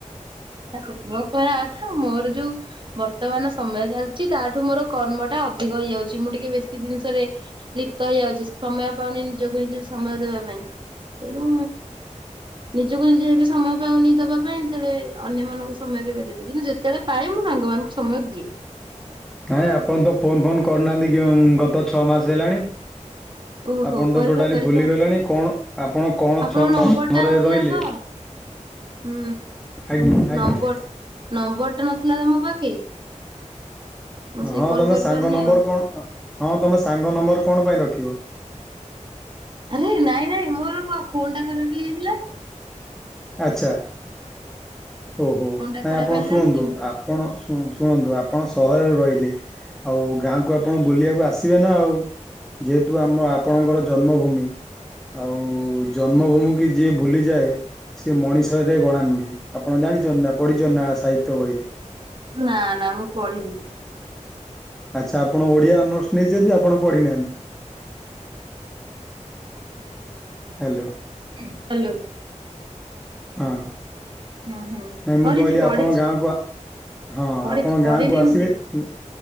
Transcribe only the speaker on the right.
ହଁ। ମୋ କହିବା କଥା ମୋର ଯୋଉ ବର୍ତ୍ତମାନ ସମୟ ଚାଲିଛି ତାଠୁ ମୋର କର୍ମଟା। ଅଧିକ ହେଇଯାଉଛି ମୁଁ ଟିକେ ବେଶୀ ଜିନିଷରେ ଲିପ୍ତ ହେଇଯାଉଛି ସମୟ ପାଉନି ନିଜକୁ ନିଜ ସମୟ ଦେବା ପାଇଁ। ତେଣୁ ନିଜକୁ ନିଜେ ଏବେ ସମୟ ପାଉନି ଦବା ପାଇଁ। ସେତେଳେ ଅନ୍ୟମାନଙ୍କୁ ସମୟ କେବେ ଦେବେ କିନ୍ତୁ ଯେତେବେଳେ ପାଏ ମୁଁ ସାଙ୍ଗମାନାନଙ୍କୁ ସମୟ ଦିଏ।
ଓହୋ
କରିବା
କରିବା
ଆଉ
ଆପଣଙ୍କ
ନମ୍ବର
ଟା ନଥିଲା
ତ ହୁଁ
ନମ୍ବର
ନମ୍ବର ଟା ନଥିଲା ତମ ପାଖେ। ମୁଁ ସେଇ
କଲ୍
କରିପାରୁନି
ଆଉ
ଆରେ ନାଇଁ ନାଇଁ ମୋର ଫୋନ୍ ଟା କର ହେଇଥିଲା।
ଫୋନ ଟା
ଖରାପ
ହେଇଥିଲା
ସିମ୍
ହଁ
ନା ନା ମୁଁ ପଢିନି।
ହ୍ୟାଲୋ।
ହୁଁ ହୁଁ
ପଢିଛି
ପଢିଛି
ପଢିଛି
ପଢିନି
ଏମିତି